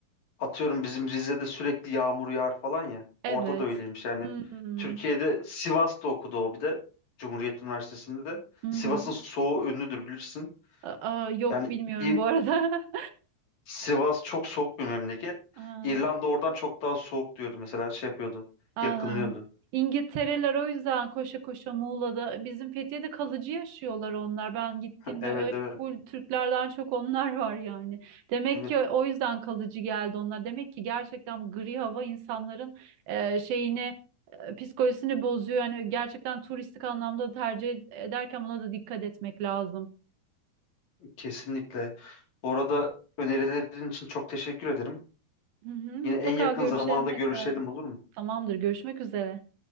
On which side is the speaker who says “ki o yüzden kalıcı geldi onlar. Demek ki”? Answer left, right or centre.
Right